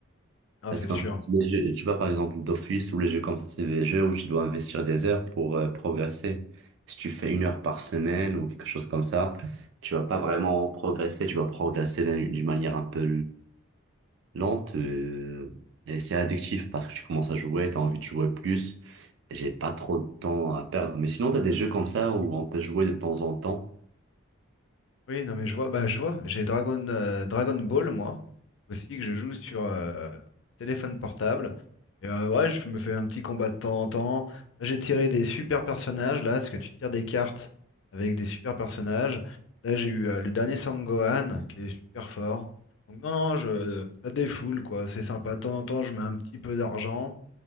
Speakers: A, on the left; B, on the right.
A: Ah,
B: Parce
A: c'est
B: qu'en
A: sûr.
B: fait,
A: hein.
B: les jeux- tu vois, par exemple, d'office ou les jeux comme ça, c'est des jeux où tu dois investir des heures pour euh, progresser. Si tu fais une heure par semaine ou quelque chose comme ça, tu vas pas vraiment progresser, tu vas progresser d'une d'une manière un peu lente euh, et c'est addictif parce que tu commences à jouer, tu as envie de jouer plus. et J'ai pas trop de temps à perdre. Mais sinon, tu as des jeux comme ça où on peut jouer de temps en temps.
A: Oui, non mais je vois, bah je vois, j'ai Dragon, euh, Dragon Ball moi aussi que je joue sur euh, téléphone portable. Et euh, ouais, je me fais un petit combat de temps en temps. Là, J'ai tiré des super personnages là, parce que tu tires des cartes avec des super personnages. Là j'ai eu euh, le dernier Sangohan qui est super fort. Donc non non, je, ça défoule quoi, c'est sympa. De temps en temps je mets un petit peu d'argent